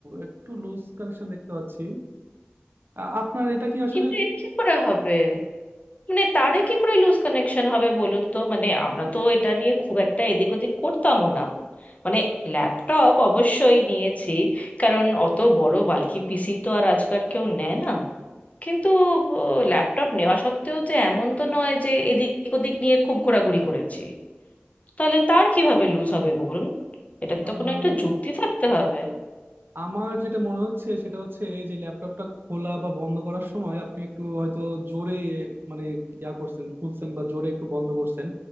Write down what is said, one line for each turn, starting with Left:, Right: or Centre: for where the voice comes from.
Right: একটু লুজ কানেকশন দেখতে পাচ্ছি আ- আপনার এটা কি আসলে
Left: কিন্তু এ কি করে হবে মানে তারে কি করে লুজ কানেকশন হবে বলুন তো মানে আমরা তো এটা নিয়ে খুব একটা এদিক ওদিক করতামও না মানে ল্যাপটপ অবশ্যই নিয়েছি কারণ অত বড় বালকি পিসি তো আর আজকাল কেউ নেয় না কিন্তু ল্যাপটপ নেওয়া সত্ত্বেও যে এমন তো নয় যে এদিক ওদিক নিয়ে খুব ঘোরাঘুরি করেছি তাহলে তার কিভাবে লুজ হবে বলুন এটার
Right: আহ,
Left: তো কোনো একটা যুক্তি থাকতে হবে
Right: আমার যেটা মনে হচ্ছে সেটা হচ্ছে এই যে ল্যাপটপটা খোলা বা বন্ধ করার সময় আপনি একটু হয়তো জোরে মানে ইয়া করছেন খুলছেন বা জোরে একটু বন্ধ করছেন